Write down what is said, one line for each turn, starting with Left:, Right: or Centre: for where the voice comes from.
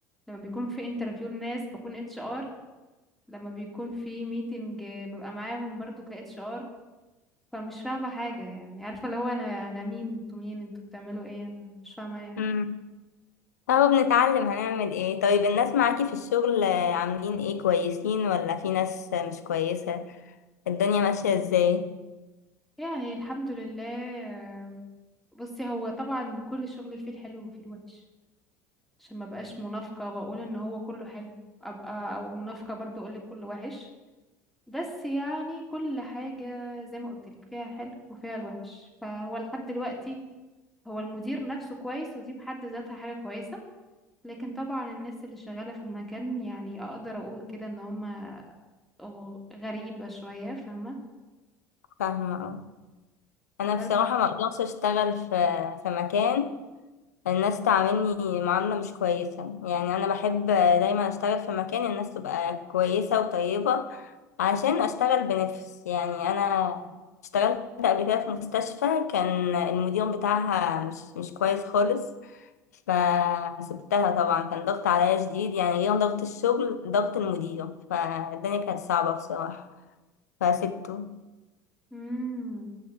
Centre: لما بيكون في انترفيو لناس بكون اتش ار لما بيكون في ميتنج ببقى معاهم برضو ك اتش ار فمش فاهمة حاجة يعني عارفة اللي هو انا انا مين انتوا مين انتوا بتعملوا ايه انا مش فاهمة اي حاجة
Left: ده اهو بنتعلم هنعمل ايه طيب الناس معاكي في الشغل آه، عاملين ايه كويسين ولا في ناس آه، مش كويسة الدنيا ماشية ازاي
Centre: يعني الحمد لله بصي هو طبعا كل شغل فيه الحلو وفيه الوحش عشان ما بقاش منافقة واقول ان هو كله حلو ابقى او منافقة برضو اقول لك كله وحش بس يعني كل حاجة زي ما قلت لك فيها الحلو وفيها الوحش فهو لحد دلوقتي هو المدير نفسه كويس ودي بحد ذاتها حاجة كويسة لكن طبعا الناس اللي شغالة في المكان يعني اقدر اقول كده ان هما غ- غريبة شوية فاهمة
Left: فاهمة اه انا بصراحة
Centre: بس
Left: ما اقدرش اشتغل في في مكان الناس تعاملني معاملة مش كويسة يعني أنا بحب دايما أشتغل في مكان الناس تبقى كويسة وطيبة عشان أشتغل بنفس يعني أنا اشتغلت قبل كده في مستشفى كان المدير بتاعها مش مش كويس خالص فسبتها طبعا كان ضغط عليا شديد يعني غير ضغط الشغل ضغط المدير فالدنيا كانت صعبة بصراحة فسبته
Centre: امم